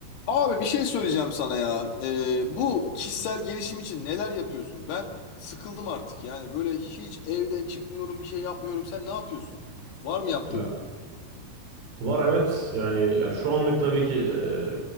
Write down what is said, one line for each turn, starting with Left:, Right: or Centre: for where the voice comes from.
Left: Abi bir şey söyleyeceğim sana ya. Ee, bu kişisel gelişim için neler yapıyorsun? Ben sıkıldım artık. Yani böyle hiç evden çıkmıyorum, bir şey yapmıyorum. Sen ne yapıyorsun? Var mı yaptığın
Right: Ya
Left: bir şey?
Right: Var evet yani ya şu anlık tabii ki e,